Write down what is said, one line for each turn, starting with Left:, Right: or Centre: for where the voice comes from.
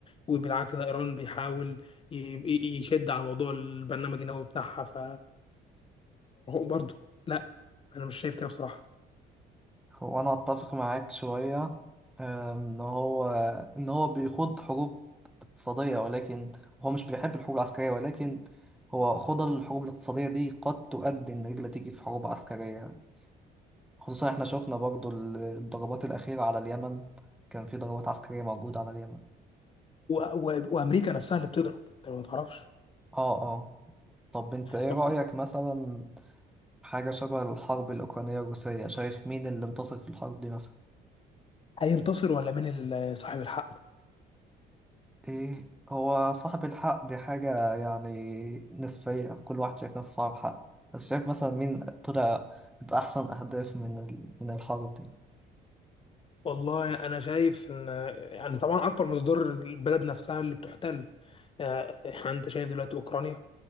Left: وبالعكس ده ايران بيحاول ي- ي- يشد على موضوع البرنامج النووي بتاعها ف برضه لا انا مش شايف كده بصراحه
Centre: هو انا اتفق معاك شوية أم، ان هو ان هو بيخوض حروب اقتصادية ولكن هو مش بيحب الحروب العسكرية ولكن هو خوض الحروب الاقتصادية دي قد تؤدي ان رجل تيجي في حروب عسكرية خصوصا احنا شفنا برضو ال- الضربات الأخيرة على اليمن كان في ضربات عسكرية موجودة على اليمن
Left: و... و... وامريكا نفسها اللي بتضرب انت ما تعرفش
Centre: اه اه طب انت ايه
Left: طب
Centre: رأيك مثلا في حاجة شبه الحرب الأوكرانية الروسية شايف مين اللي انتصر في الحرب دي مثلا
Left: هينتصر ولا مين ال- صاحب الحق
Centre: إيه هو صاحب الحق دي حاجة يعني نسبية كل واحد شايف نفسه صاحب حق بس شايف مثلا مين طلع بأحسن أهداف من ال... من الحرب دي
Left: والله انا شايف ان يعني طبعا اكبر مصدر البلد نفسها اللي بتحتل آه، يعني انت شايف دلوقتي اوكرانيا